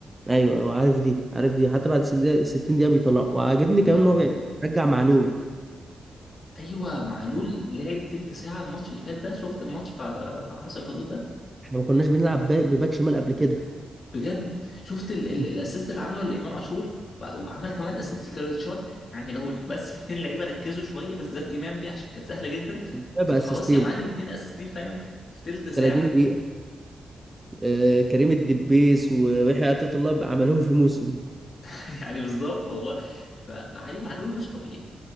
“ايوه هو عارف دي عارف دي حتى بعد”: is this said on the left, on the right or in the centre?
Right